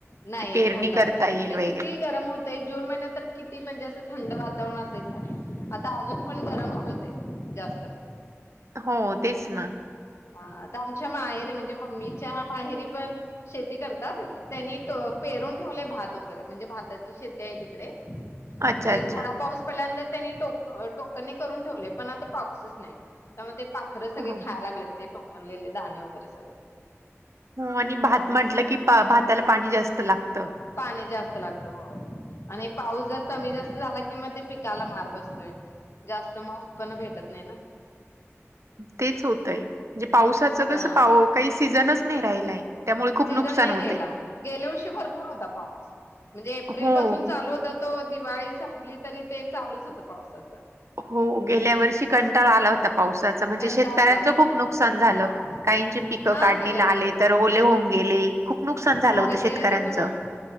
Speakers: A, on the left; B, on the right.
A: नाहीय
B: कि पेरणी
A: पडलाच
B: करता
A: नाही
B: येईल
A: आता
B: वगैरे
A: किती गरम होतय जून महिन्यात तर किती म्हणजे असं थंड वातावरण असायचं अजून पण गरम च होते जास्त
B: हो तेच ना
A: हा आता आमच्या माहेरी म्हणजे मम्मीच्या माहेरी पण शेती करतात त्यांनी पेरून ठेवलेय भात वगैरे म्हणजे भाताची शेती आहे तिकडे
B: अच्छा
A: ते
B: अच्छा
A: थोडा पाऊस पडल्यानंतर त्यांनीक टोकनी करून ठेवले पण आता पाऊसच नाही त्यामुळ ते पाखरं सगळे
B: हो
A: खायला लागले ते टोकनलेले दाणे वगैरे सगळं
B: हो आणि भात म्हटलं की भाताला पाणी जास्त लागतं
A: पाणी जास्त लागत होय आणि पाऊस जर कमी जास्त झाला कि मग ते पिकाला मार बसतोय जास्त मग उत्पन्न भेटत नाही ना
B: तेच होतय म्हणजे पावसाच
A: हा.
B: कस काही सीझनच नाही राहिलाय त्यामुळे खूप
A: सीझन
B: नुकसान
A: नाही
B: होतंय.
A: राहिला गेल्या वर्षी भरपूर होता पाऊस म्हणजे एप्रिल
B: हो
A: पासून चालू होता तो दिवाळी संपली तरी ते चालूच होतं पावसाचं.
B: हो गेल्या वर्षी कंटाळा आला होता पावसाच म्हणजे
A: कंटाळा
B: शेतकऱ्यांचं
A: आला होता
B: खूप
A: होय
B: नुकसान
A: भरपूर
B: झालं
A: पाऊस
B: काहींची पिकं
A: हा
B: काढणीला
A: सगळ्यांचच
B: आले तर ओले होऊन गेले खूप नुकसान झालं
A: होय
B: होत शेतकऱ्यांच
A: ते कसं मग